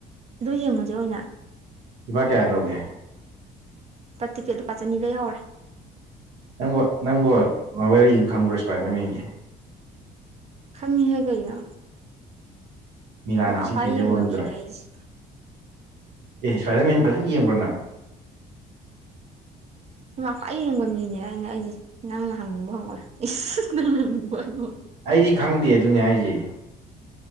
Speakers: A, on the right (about 40°); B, on the right (about 80°).
A: ꯑꯗꯨ ꯌꯦꯡꯉꯨꯖꯦ ꯑꯣꯏꯅ
B: ꯂꯨꯄꯥ ꯀꯌꯥ ꯂꯧꯒꯦ
A: ꯇꯤꯛꯀꯦꯠ ꯂꯨꯄꯥ ꯆꯟꯅꯤꯗꯩ ꯍꯧꯔꯦ
B: ꯅꯪꯕꯨ ꯅꯪꯕꯨ ꯃꯥꯋꯦꯜꯒꯤ ꯈꯪꯕ꯭ꯔꫭ ꯏꯁꯄꯥꯏꯗꯔꯃꯦꯟꯒꯤ
A: ꯈꯪꯉꯤꯍꯦ ꯀꯩꯅꯣ
B: ꯃꯤꯂꯥꯟꯅ
A: <unintelligible>
B: ꯁꯤꯈꯤꯕꯗꯩ
A: ꯈ꯭ꯋꯥꯏ ꯌꯦꯡꯕ
B: ꯑꯣꯟꯕꯗꯨꯔꯥ
A: ꯃꯤꯅꯦ ꯑꯩꯖꯦ
B: ꯑꯦ ꯏꯁꯄꯥꯏꯗꯔꯃꯦꯟ ꯐꯖꯅ ꯌꯦꯡꯕ꯭ꯔ ꯅꯪ
A: ꯁꯤꯃꯥ ꯈ꯭ꯋꯥꯏ ꯌꯦꯡꯕ ꯃꯤꯅꯦ ꯑꯩꯅ ꯑꯩꯖꯦ ꯅꯪꯅ ꯍꯪꯅꯤꯡꯕ ꯍꯪꯉꯣ ꯏꯁ ꯅꯪꯅ ꯍꯪꯅꯤꯡꯕ ꯍꯪꯉꯣ
B: ꯑꯩꯗꯤ ꯈꯪꯗꯦ ꯑꯗꯨꯅꯦ ꯍꯥꯏꯖꯦ